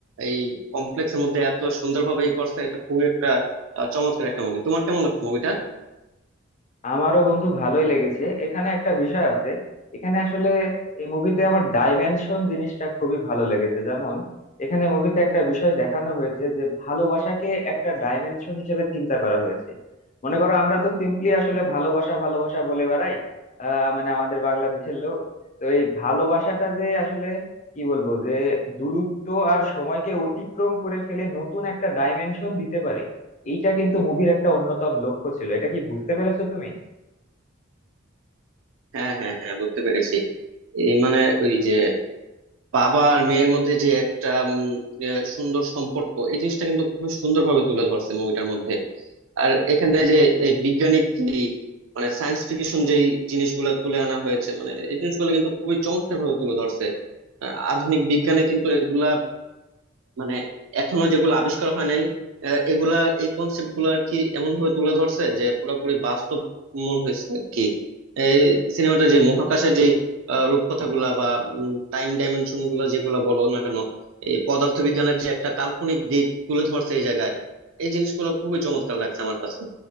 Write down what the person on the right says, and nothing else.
এই কমপ্লেক্সের মধ্যে এত সুন্দরভাবে ই করছে এটা খুবই একটা আহ, চমৎকার একটা মুভি তোমার কেমন লাগছে মুভিটা
হ্যাঁ হ্যাঁ হ্যাঁ বুঝতে পেরেছি এই মানে ওই যে বাবা আর মেয়ের মধ্যে যে একটা উম, আহ, সুন্দর সম্পর্ক এই জিনিসটা কিন্তু খুবই সুন্দরভাবে তুলে ধরছে মুভিটার মধ্যে আর এখানে যে এই বিজ্ঞানিক যে মানে সায়েন্স ফিকশন যেই জিনিসগুলো তুলে আনা হয়েছে মানে এই জিনিসগুলো কিন্তু খুবই চমৎকার ভাবে তুলে ধরছে আহ, আধুনিক বিজ্ঞানে কিন্তু এগুলা মানে এখনো যেগুলো আবিষ্কার হয় নাই আহ, এগুলা এই কনসেপ্ট গুলো আর কি এমন ভাবে তুলে ধরছে যে পুরোপুরি বাস্তব মন হয়েছে আর কি এই সিনেমাটা যে মহাকাশের যে রূপকথা গুলা বা টাইম ডাইমেনশন গুলো যেগুলো বলো না কেন এই পদার্থবিজ্ঞানের যে একটা কাল্পনিক দিক তুলে ধরছে এই জায়গায় এই জিনিসগুলো খুবই চমৎকার লাগছে আমার কাছে